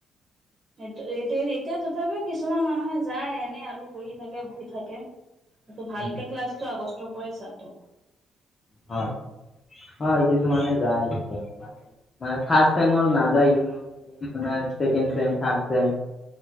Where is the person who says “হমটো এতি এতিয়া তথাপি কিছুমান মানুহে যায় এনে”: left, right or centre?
Right